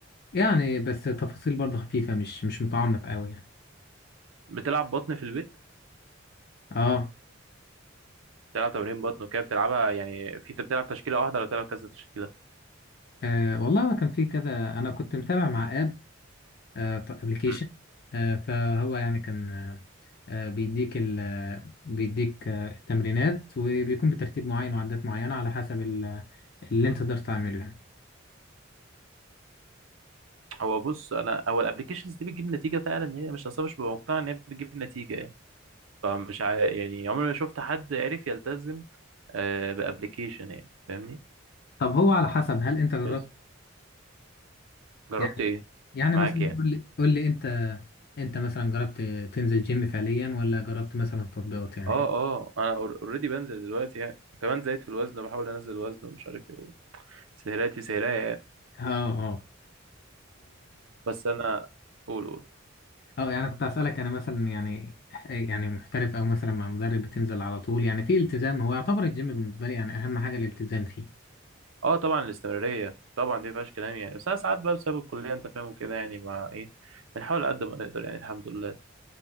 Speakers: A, on the left (about 50°); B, on the right (about 80°).
A: يعني بس تفاصيل برضه خفيفه مش مش متعمق قوي يعني
B: بتلعب بطن في البيت
A: اه
B: بتلعب تمارين بطن وكده بتلعبها يعني في انت بتلعب تشكيله واحده ولا بتلعب كذا تشكيله
A: أه والله هو كان في كذا أنا كنت متابع مع آب أبلكيشن
B: مم.
A: أه فهو يعني كان أه بيديك ال آه، بيديك أه التمرينات وبيكون بترتيب معين وعدات معينة على حسب ال- اللي أنت تقدر تعمله يعني
B: هو بص انا هو الابلكيشنز دي بتجيب نتيجه فعلا يعني مش اصلا مش ببقى مقتنع ان هي بتجيب نتيجه يعني فمش ع... يعني عمري ما شفت حد عرف يلتزم آه بابلكيشن يعني فاهمني
A: طب هو على حسب هل أنت جربت
B: بس جربت
A: يعني
B: ايه
A: يعني
B: معاك
A: مثلا
B: يعني
A: قول لي قول لي أنت أنت مثلا جربت تنزل جيم فعليا ولا جربت مثلا تطبيقات يعني
B: اه اه انا اوريدي بنزل دلوقتي يعني وكمان زايد في الوزن بحاول انزل الوزن ومش عارف ايه سهراتي سهرية يعني
A: اه اه
B: بس انا قول قول
A: اه يعني كنت اسالك انا مثلا يعني يعني محترف او مثلا مع مدرب بتنزل على طول يعني في التزام هو يعتبر الجيم بالنسبه لي يعني اهم حاجه الالتزام فيه
B: اه طبعا الاستمرارية طبعا دي مفيهاش كلام يعني بس انا ساعات بقى بسبب الكلية انت فاهم وكده يعني مع ايه بنحاول قد ما نقدر يعني الحمد لله